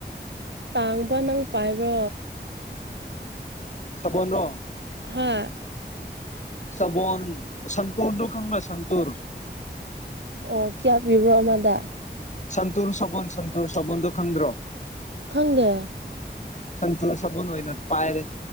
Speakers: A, on the right; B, on the left.
A: ꯇꯥꯡꯕ ꯅꯪ ꯄꯥꯏꯕ꯭ꯔꯣ
B: ꯁꯕꯅꯣ
A: ꯍꯥ
B: ꯁꯕꯣꯟ ꯁꯟꯇꯨꯔꯗꯨ ꯈꯪꯕ꯭ꯔ ꯁꯟꯇꯨꯔ
A: ꯑꯣ ꯀꯌꯥ ꯄꯤꯕ꯭ꯔꯣ ꯑꯃꯗ
B: ꯁꯟꯇꯨꯔ ꯁꯣꯟ ꯁꯟꯇꯨꯔ ꯁꯣꯟꯗꯨ ꯈꯪꯗ꯭ꯔꯣ
A: ꯈꯪꯗꯦ
B: ꯁꯟꯇꯨꯔ ꯁꯥꯕꯨꯜ ꯑꯣꯏꯅ ꯄꯥꯏꯔꯦ